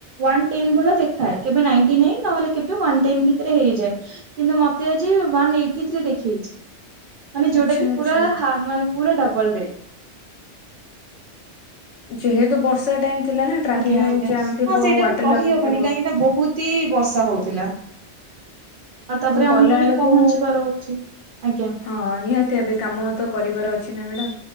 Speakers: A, on the right; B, on the left.
A: ୱାନ ଟେନ୍ ଭଳିଆ ଦେଖାଏ କେବେ ନିଂଟୀ ନାଇନ ନହେଲେ କେବେ ୱାନ ଟେନ ଭିତରେ ହେଇଯାଏ। କିନ୍ତୁ ମତେ ଆଜି ୱାନ ଏଇଟି ଥ୍ରୀରେ ଦେଖେଇଚି। ମାନେ
B: ଆଚ୍ଛା
A: ଯୋଉଟା କି
B: ଆଚ୍ଛା।
A: ପୁରା ହାପ ମାନେ ପୁରା ଡବଲ ରେଟ।
B: ଯେହେତୁ ବର୍ଷା ଟାଇମ ଥିଲା ନା ଟ୍ରାଫିକ
A: ଆଜ୍ଞା ଆଜ୍ଞା
B: ଜାମ୍ ଥିବ
A: ହଁ ସେଇଟା
B: ୱାଟର
A: ବି କହିହବନି
B: ଲଗିଙ୍ଗ ଥିବ।
A: କାହିଁକି ନା ବହୁତ ହି ବର୍ଷା ହଉଥିଲା। ଆଉ ତାପରେ
B: ମୁଁ ଗଲା
A: ଆମକୁ
B: ବେଳକୁ
A: ବି ପହଞ୍ଚିବାର ଅଛି ଆଜ୍ଞା
B: ହଁ ନିହାତି ଭାବେ କାମ ତ କରିବାର ଅଛି ନା ମ୍ୟାଡ଼ାମ